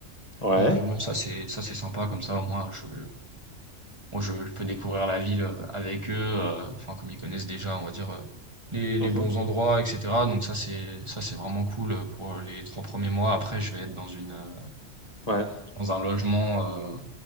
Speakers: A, on the left; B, on the right.
A: Ouais.
B: Donc euh, bon, Ouais. ça c'est ça c'est sympa comme ça au moins je Moi, je, je peux découvrir la ville euh, avec eux, euh, enfin, comme ils connaissent déjà, on va dire, euh, les, les
A: Mhm.
B: bons endroits, etc. Donc ça, c'est, ça, c'est vraiment cool euh, pour euh, les trois premiers mois. Après, je vais être dans une, euh,
A: Ouais.
B: dans un logement, euh,